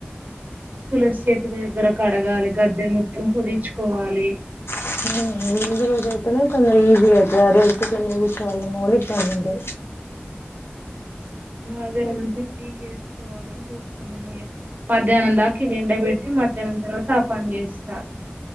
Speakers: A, on the right; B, on the left.
A: తులసి చెట్టు దగ్గర కడగాలి గద్దెను పుదిచ్చుకోవాలి
B: ఉ రోజు అయితేనే కొంచెం ఈజీగా అయితది అదే రోజు చేసుకోవాలన్న ఇబ్బంది అయితది
A: అదే ఏమన్నా ఉంటే క్లీన్ చేసుకోవాలని చూస్తున్నాం ఇగ మధ్యాహ్నం దాక ఇది ఎండ బెట్టి మధ్యాహ్నం తర్వాత ఆ పని చేస్తా